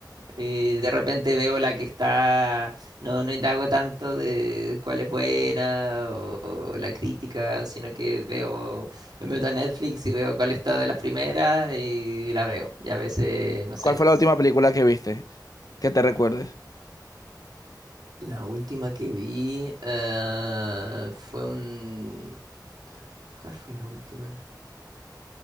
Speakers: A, on the right; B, on the left.
A: Y de repente veo la que está, no, no indago tanto de cuál es buena o, o la crítica, sino que veo, me meto a Netflix y veo cuál está de las primeras y la veo. Y a veces, no sé,
B: ¿Cuál fue
A: es-
B: la última película que viste? Que te recuerdes.
A: la última que vi eh, fue un... ¿Cuál fue la última?